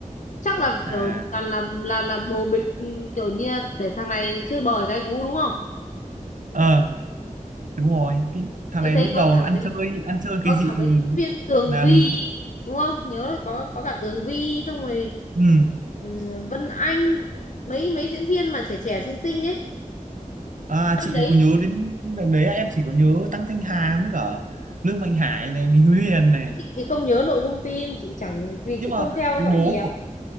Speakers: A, on the left; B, on the right.
A: chắc là
B: à
A: kiểu toàn là là là bồ bịch ừ, kiểu như là để thằng này chơi bời gái gú đúng không
B: ờ đúng rồi Cái thằng
A: đấy
B: này
A: thấy
B: lúc
A: có
B: đầu
A: cả
B: ăn
A: mấy
B: chơi ăn chơi
A: có
B: cái
A: cả
B: gì
A: mấy diễn viên Tường
B: nào
A: Vi
B: thì
A: đúng không nhớ là có có cả Tường Vi xong rồi
B: ừ
A: ừ, Vân Anh mấy mấy diễn viên mà trẻ trẻ xinh xinh ấy
B: à
A: năm
B: chị
A: đấy
B: còn nhớ đến đợt đấy em chỉ có nhớ Tăng Thanh Hà với cả Lương Mạnh Hải này Mình Huyền này
A: chị thì không nhớ nội dung phim chị chẳng vì
B: nhưng
A: chị
B: mà
A: không theo
B: cái
A: dõi
B: bố
A: nhiều
B: của